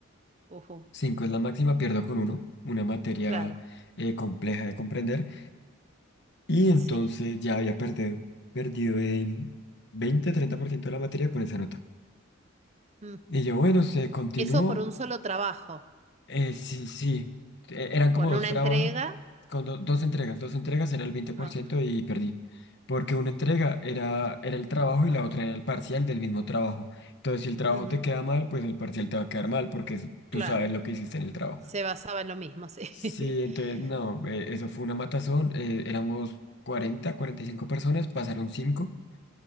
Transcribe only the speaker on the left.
cinco es la máxima, pierdo con uno, una materia
eh, compleja de comprender y entonces
ya había perdido, perdido el veinte treinta por ciento de la materia con esa nota.
Y yo, bueno, se continuó
Eh, sí, sí. E- Eran como
dos
trabajos,
con do- dos entregas. Dos entregas era el veinte por
ciento y perdí. Porque una entrega era, era el trabajo y la otra era el parcial del mismo trabajo. Entonces, si el trabajo
te queda mal, pues el parcial te va a quedar mal porque es- tú
sabes lo que hiciste en el trabajo.
Sí, entonces,
no, eh, eso fue una matazón. eh, éramos cuarenta, cuarenta y cinco personas, pasaron cinco